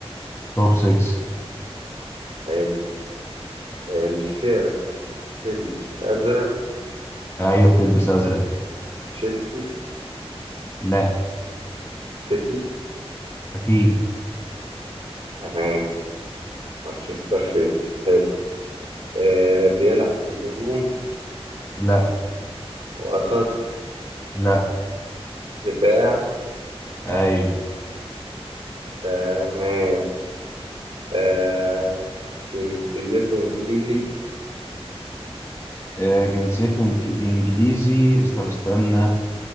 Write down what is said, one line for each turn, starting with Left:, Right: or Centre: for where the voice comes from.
Left: توب 6
Right: حلو آه، الفرق تلبس أزرق
Left: ايوه بتلبس ازرق
Right: تشيلسي
Left: لا
Right: سيتي
Left: اكيد
Right: تمام مانشستر سيتي حلو آه بيلعب في الهجوم
Left: لا
Right: وسط
Left: لا
Right: دفاع
Left: ايوه
Right: تمام آه جنسيته إنجليزي
Left: آه جنسيته إنك- انجليزي استنى استنى